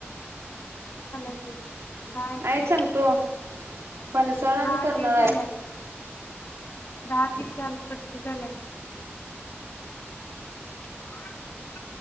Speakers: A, on the left; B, on the right.
A: <unintelligible> दहा एक
B: ऐक सांगतो फणसाळा आणि
A: दहा
B: करणाळाय
A: तीस झाल्यात दहा तीस झाल्यात पस्तीस झाल्या <inaudible>